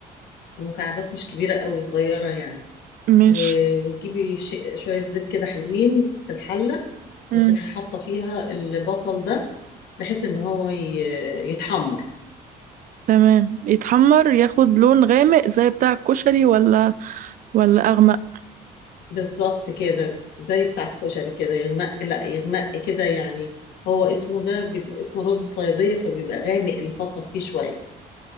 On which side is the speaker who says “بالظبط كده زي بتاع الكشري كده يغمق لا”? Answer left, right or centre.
Left